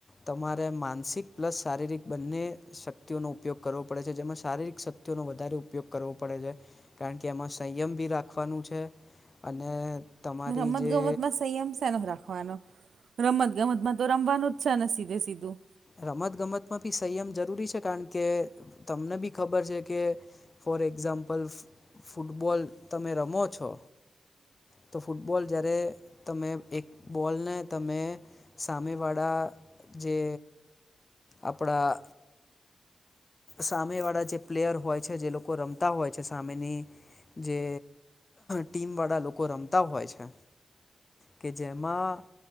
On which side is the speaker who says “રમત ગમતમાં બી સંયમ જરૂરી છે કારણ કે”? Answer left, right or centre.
Left